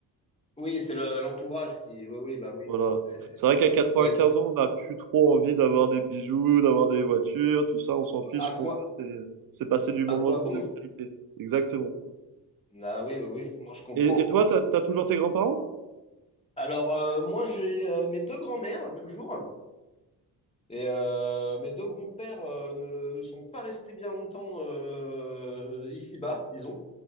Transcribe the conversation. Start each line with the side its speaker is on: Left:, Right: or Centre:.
Left: Oui, c'est le- l'entourage qui. Oui, oui, bah oui.
Right: Voilà.
Left: C'est
Right: C'est vrai qu'à 95
Left: c'est vrai que,
Right: ans, on n'a plus trop envie d'avoir des bijoux, d'avoir des voitures, tout ça, on s'en fiche.
Left: à
Right: Ce qu'on
Left: quoi,
Right: veut, c'est c'est passer du moment
Left: à quoi bon?
Right: de qualité. Exactement.
Left: Ah oui, oui, oui. Moi, je comprends.
Right: Et, et toi, t'as, t'as toujours tes grands-parents?
Left: Alors, euh, moi, j'ai euh, mes deux grands-mères toujours, et euh, mes deux grands-pères euh, ne, ne sont pas restés bien longtemps euh, ici-bas, disons.